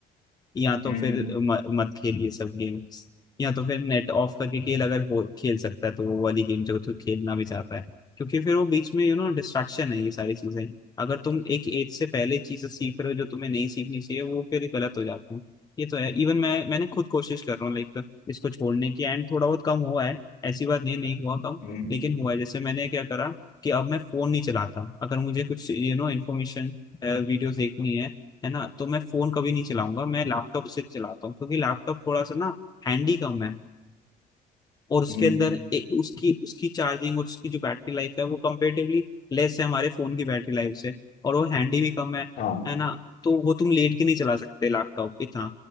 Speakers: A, on the left; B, on the left.
A: या तो
B: हम्म
A: फिर म, मत खेलिए सब गेम्स या तो फिर नेट ऑफ करके खेल अगर हो खेल सकता है तो वो वाली गेम जो तो खेलना भी चाहता है क्योंकि फिर वो बीच में यू नो डिस्ट्रैक्शन है ये सारी चीजें अगर तुम एक एज से पहले चीजें सीख रहे हो जो तुम्हें नहीं सीखनी चाहिए वो फिर गलत हो जाती है ये तो है इवन मैं मैंने खुद कोशिश कर रहा हूँ लाइक इसको छोड़ने की एंड थोड़ा बहुत कम हुआ है ऐसी बात नहीं नहीं हुआ कम
B: हम्म
A: लेकिन हुआ है जैसे मैंने क्या करा कि अब मैं फोन नहीं चलाता अगर मुझे कुछ यू नो इन्फॉर्मेशन वीडियोस देखनी है है ना तो मैं फोन कभी नहीं चलाऊंगा मैं लैपटॉप से चलाता हूँ क्योंकि लैपटॉप थोड़ा सा ना हैंडी कम है और उसके
B: हम्म
A: अंदर ए, उसकी उसकी चार्जिंग और उसकी जो बैटरी लाइफ है वो कंपेरेटिवली लेस है हमारे फोन की बैटरी लाइफ से और वो हैंडी भी कम है
B: हाँ
A: है ना तो वो तुम लेट के नहीं चला सकते लैपटॉप इतना